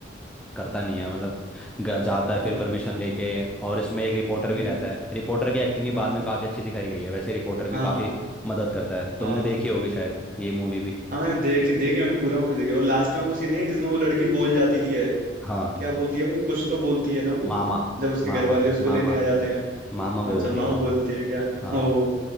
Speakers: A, in the centre; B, on the right (about 45°).
A: करता नहीं है मतलब ग- जाता है फिर
B: हाँ
A: परमिशन लेके और इसमें एक रिपोर्टर
B: हम्म,
A: भी रहता है रिपोर्टर की एक्टिंग भी बाद
B: हाँ
A: में काफ़ी अच्छी दिखाई गई है वैसे रिपोर्टर भी
B: हाँ
A: काफ़ी
B: हाँ
A: मदद करता है तुमने
B: हाँ
A: देखी होगी शायद ये मूवी भी
B: हाँ मैंने देखी देखी मैंने पूरा मूवी देखी और लास्ट में वो सीन नहीं है जिसमें वो लड़की बोल जाती है
A: हाँ
B: क्या बोलती है वो कुछ तो बोलती है ना वो
A: मामा
B: जब उसके
A: मामा
B: घर वाले उसको
A: मामा
B: लेने आ जाते हैं
A: मामा
B: अच्छा
A: बोलते
B: मामा
A: हो
B: बोलती है क्या
A: हाँ
B: ओ